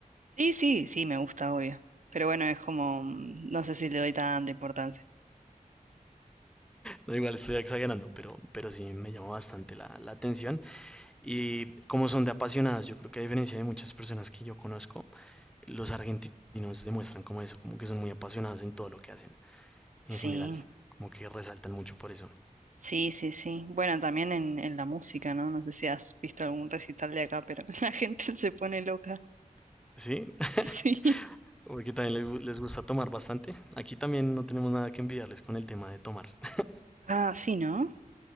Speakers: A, on the right; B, in the centre.
A: Sí, sí, sí, me gusta, obvio. Pero bueno, es como, mm, no sé si le doy tanta importancia.
B: No, igual estoy exagerando, pero, pero sí me llama bastante la, la atención. Y como son de apasionados, yo creo que a diferencia de muchas personas que yo conozco, los argentinos demuestran como eso, como que son muy apasionados en todo lo que hacen, en
A: Sí,
B: general, como que resaltan mucho por eso.
A: sí, sí, sí. Bueno, también en, en la música, ¿no? No sé si has visto algún recital de acá, pero <laughs> la gente se pone loca. <laughs>
B: Sí, <laughs>
A: Sí.
B: porque también le les gusta tomar bastante. Aquí también no tenemos nada que envidiarles con el tema de tomar. <laughs>
A: Ah, sí, ¿no?